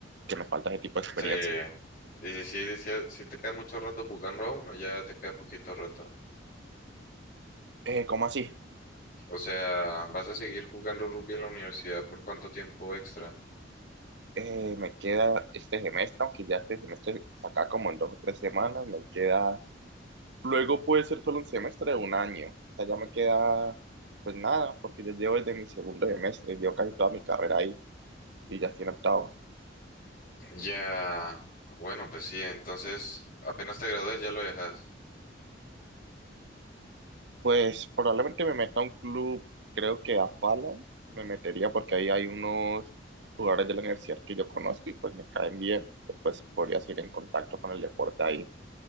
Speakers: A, on the right; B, on the left.
A: que nos falta ese tipo de experiencia.
B: Sí, y si, si, si, si te queda mucho rato jugando a uno, ya te queda poquito rato.
A: Eh, ¿cómo así?
B: O sea, vas a seguir jugando rugby en la universidad por cuánto tiempo extra.
A: Eh, me queda este semestre, aunque ya este semestre saca como en dos o tres semanas, me queda Luego puede ser solo un semestre de un año. O sea, ya me queda pues nada, porque yo llevo desde mi segundo semestre, llevo casi toda mi carrera ahí y ya estoy en octavo.
B: Ya, bueno, pues sí, entonces apenas te gradúes ya lo dejas.
A: Pues probablemente me meta a un club, creo que a Phalanx me metería porque ahí hay unos jugadores de la universidad que yo conozco y pues me caen bien. Pues podría seguir en contacto con el deporte ahí.